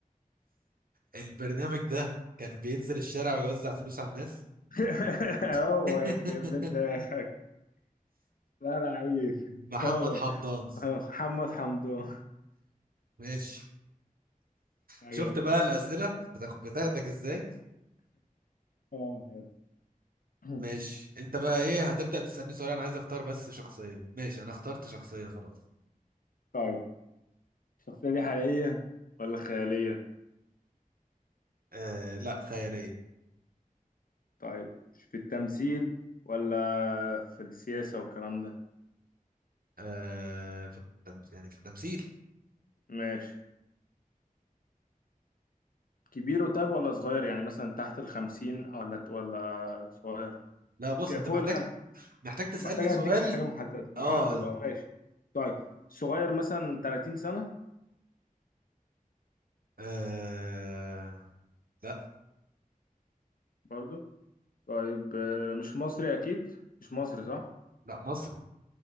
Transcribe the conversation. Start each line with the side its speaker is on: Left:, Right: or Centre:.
Right: البرنامج ده كان بينزل الشارع ويوزع فلوس على الناس
Left: <laughs> هو
Right: <laughs>
Left: يخرب بيت دماغك لا لا عيب
Right: محمد
Left: هو
Right: حمدان
Left: هو محمد حمدان
Right: ماشي
Left: عجب
Right: شفت بقى الأسئلة بتاخ- بتاخدك ازاي
Left: اه حلو. <clears throat>
Right: ماشي انت بقى ايه هتبدأ تسألني سؤال انا عايز اختار بس شخصية ماشي انا اخترت شخصية خلاص
Left: طيب الشخصية دي حقيقية ولا خيالية؟
Right: آه لا خيالية
Left: طيب في التمثيل ولا في السياسة والكلام ده؟
Right: آه في التم... يعني في التمثيل
Left: ماشي كبير طيب ولا صغير يعني مثلا تحت الخمسين ولا ولا صغير؟
Right: لا بص
Left: ك-
Right: انت
Left: فوق
Right: محتاج
Left: الخم...
Right: محتاج تسألني
Left: محتاج اديك
Right: سؤال
Left: حاجه محدده محدده
Right: اه
Left: اهو ماشي طيب صغير مثلا 30 سنه
Right: آه لا
Left: برضو طيب آه، مش مصري اكيد مش مصري صح
Right: لا مصري